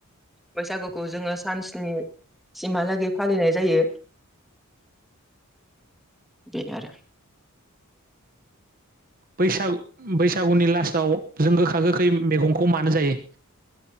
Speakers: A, in the centre; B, on the right (about 40°).
A: बैसागुखौ जोङो सानन्सि सिमहालागै फालिनाय जायो। बेनो आरो।
B: बैसागु बैसागुनि लास्टाव जों गोखा गोखै मैगंखौ मानो जायो।